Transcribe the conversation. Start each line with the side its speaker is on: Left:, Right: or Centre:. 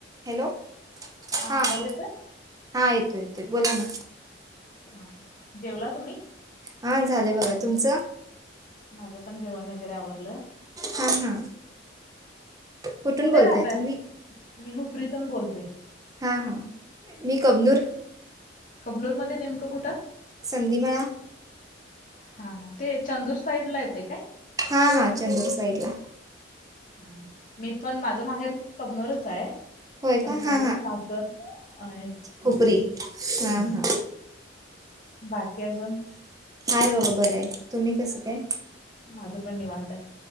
Right: Hello. हा
Left: आवाज
Right: बोल.
Left: येतोय?
Right: हां. येतो येतोय. बोला ना.
Left: हां. जेवला तुम्ही?
Right: हा. झालं बघा. तुमचं?
Left: माझं पण जेवण वगैरे आवरलं.
Right: हां. हां. कुठून
Left: कुठे
Right: बोलताय
Left: राहताय?
Right: तुम्ही?
Left: मी हुपरीतून बोलते.
Right: हां. हां. मी कबनूर-
Left: कबनूरमध्ये नेमकं कुठं?
Right: संधी मळा.
Left: हां. हां. ते चंदूर साईड ला येतय का?
Right: हां. हां. चंदूर सईडला.
Left: हां. मी पण, माझ माहेर कबनोरच आहे.
Right: होय
Left: पण
Right: का हा
Left: माझं
Right: हा
Left: सासर आहे खुपरी.
Right: हुपरी हा
Left: हम्म.
Right: हा
Left: बाकी अजून?
Right: हाय बघा बरय. तुम्ही कसं काय?
Left: माझं पण निवांत ए.